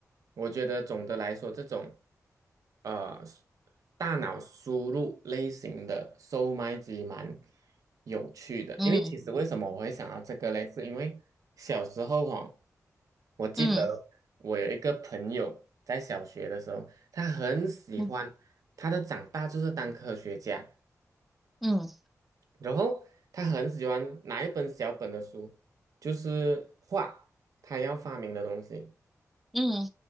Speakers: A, on the right; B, in the centre.
A: 我觉得总的来说，这种呃大脑输入类型的售卖机蛮有趣的，
B: 嗯
A: 因为其实为什么我会想到这个嘞，是因为小时候哦，我记得我有一个朋友在小学的时候，
B: 嗯
A: 他很喜欢，
B: 嗯
A: 他的长大就是当科学家。
B: 嗯
A: 然后他很喜欢拿一本小本的书，就是画他要发明的东西。
B: 嗯，